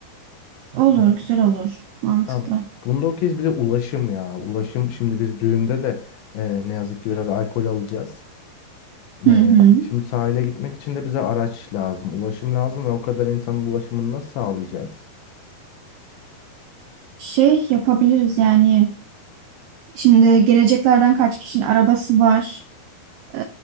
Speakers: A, on the right; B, on the left.
A: Olur,
B: Hı.
A: güzel olur. Mantıklı.
B: Tamam. Bunda okeyiz. Bir de ulaşım ya. Ulaşım şimdi biz düğünde de e, ne yazık ki biraz alkol alacağız. Ee,
A: Hı hı.
B: şimdi sahile gitmek için de bize araç lazım, ulaşım lazım ve o kadar insanın ulaşımını nasıl sağlayacağız?
A: Şey yapabiliriz yani. Şimdi geleceklerden kaç kişinin arabası var. Ee,